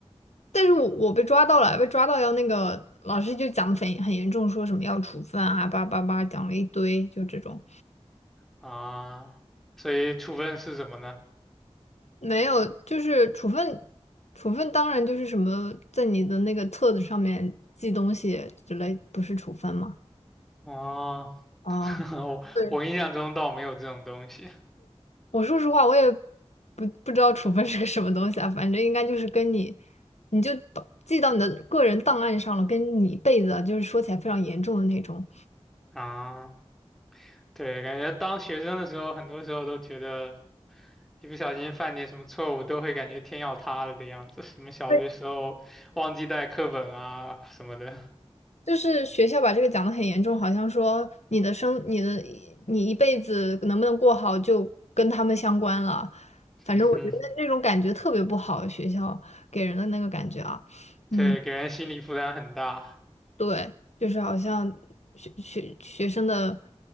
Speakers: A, on the left; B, in the centre.
A: 但是我我被抓到了，被抓到要那个老师就讲的很很严重，说什么要处分啊，叭叭叭讲了一堆，就这种
B: 啊，所以处分是什么呢？
A: 没有，就是处分，处分当然就是什么在你的那个册子上面记东西之类，不是处分吗？
B: 哦，
A: 啊，
B: <laughs> 我我印象中倒没有这种东西
A: 对，我说实话，我也不不知道处分是个什么东西啊，反正应该就是跟你，你就把记到你的个人档案上了，跟你一辈子啊就是说起来非常严重的那种。
B: 啊。对，感觉当学生的时候，很多时候都觉得。一不小心犯点什么错误，都会感觉天要塌了的样子。什么小的时候忘记带课本啊什么的，
A: 对就是学校把这个讲得很严重，好像说你的生、你的、你一辈子能不能过好就跟他们相关了。
B: <laughs>
A: 反正我觉得那种感觉特别不好，
B: 嗯，
A: 学校给人的那个感觉啊，
B: 对，
A: 嗯，
B: 给人心理负担很大。
A: 对，就是好像学学学生的